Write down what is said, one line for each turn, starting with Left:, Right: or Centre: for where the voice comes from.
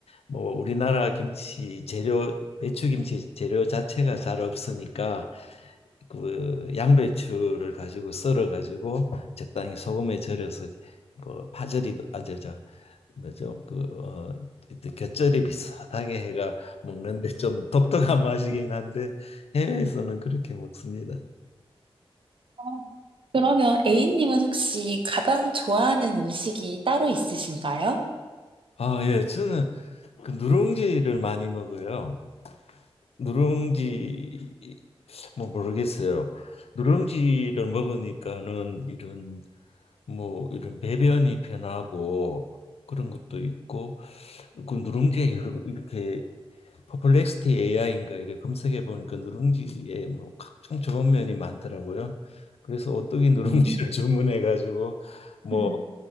Left: 뭐 우리나라 김치 재료 배추김치 재료 자체가 잘 없으니까 그 양배추를 가지고 썰어 가지고 적당히 소금에 절여서 뭐 파절이도 아저저 뭐죠? 그 어, 곁절이 비슷하게 해가 먹는데 좀 독특한 맛이긴 한데 해외에서는 그렇게 먹습니다.
Right: 어, 그러면 A님은 혹시 가장 좋아하는 음식이 따로 있으신가요?
Left: 아, 예. 저는 그 누룽지를 많이 먹어요. 누룽지 뭐 모르겠어요. 누룽지를 먹으니까는 이런 뭐 이런 배변이 편하고 그런 것도 있고 그 누룽지에 여러 이렇게 퍼플렉스티 AI인가 이래 검색해 보니까 누룽지에 뭐 각종 좋은 면이 많더라고요. 그래서 오뚜기 누룽지를
Right: 음,
Left: <laughs> 주문해 가지고 뭐
Right: 음.